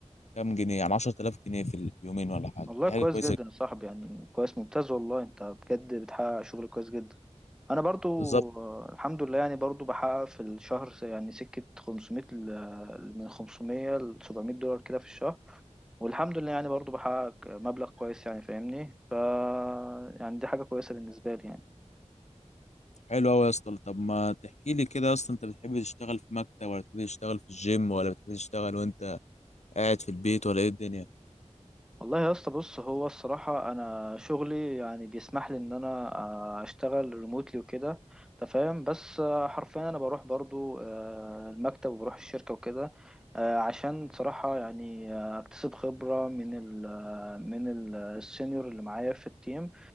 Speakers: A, on the left; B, in the centre.
A: كام جنيه يعني 10000 جنيه في اليومين ولا حاجه
B: والله
A: دي
B: كويس
A: حاجه كويسه
B: جدا يا صاحبي يعني كويس ممتاز والله انت بجد بتحقق شغل كويس جدا انا برضو
A: بالظبط
B: آه، الحمد لله يعني برضو بحقق في الشهر يعني سكة 500 ل- من 500 ل 700 دولار كده في الشهر والحمد لله يعني برضو بحقق مبلغ كويس يعني فاهمني ف يعني دي حاجة كويسة بالنسبة لي يعني
A: حلو قوي يا اسطى طب ما تحكي لي كده يا اسطى انت بتحب تشتغل في مكتب ولا بتحب تشتغل في الجيم ولا بتحب تشتغل وانت قاعد في البيت ولا ايه الدنيا
B: والله يا اسطى بص هو الصراحة أنا شغلي يعني بيسمح لي إن أنا آه، أشتغل ريموتلي وكده أنت فاهم بس آه، حرفيا أنا بروح برضو آه، المكتب وبروح الشركة وكده آه، عشان صراحة يعني آه، أكتسب خبرة من ال آه، من ال- السينيور اللي معايا في التيم